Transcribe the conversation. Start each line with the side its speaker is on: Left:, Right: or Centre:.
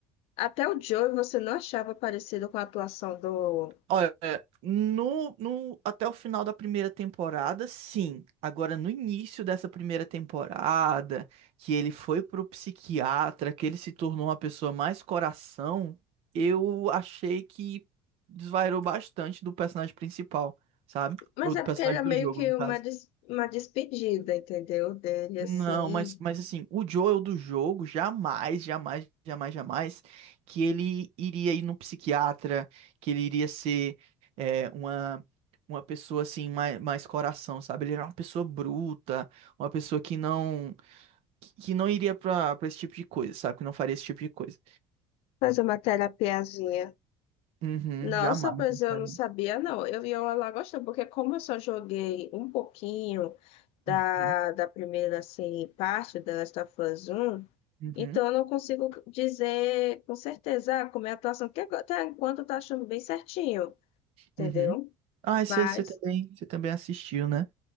Left: Até o Joel você não achava parecido com a atuação do.
Right: Olha, no, no, até o final da primeira temporada, sim. Agora, no início dessa primeira temporada, que ele foi pro psiquiatra, que ele se tornou uma pessoa mais coração, eu achei que desvairou bastante do personagem principal, sabe?
Left: Mas
Right: Ou do
Left: é
Right: personagem
Left: porque era meio
Right: do jogo,
Left: que
Right: no
Left: uma,
Right: caso.
Left: des- uma despedida, entendeu? Dele,
Right: Não,
Left: assim.
Right: mas, mas assim, o Joel do jogo jamais, jamais, jamais, jamais que ele iria ir no psiquiatra, que ele iria ser é, uma, uma pessoa assim, mais, mais coração, sabe? Ele era uma pessoa bruta, uma pessoa que não que, que não iria pra, pra esse tipo de coisa, sabe? Que não faria esse tipo de coisa.
Left: Fazer uma terapiazinha.
Right: Uhum,
Left: Nossa,
Right: jamais
Left: pois
Right: ele
Left: eu
Right: faria.
Left: não sabia, não. Eu ia lá gostando, porque como eu só joguei um pouquinho. da,
Right: Uhum,
Left: da primeira assim, parte, da Last of Us 1,
Right: uhum,
Left: então eu não consigo dizer com certeza ah, como é a atuação, porque agora- até enquanto eu tá achando bem certinho, entendeu?
Right: uhum. Ah, você
Left: Mas,
Right: você também, você também assistiu, né?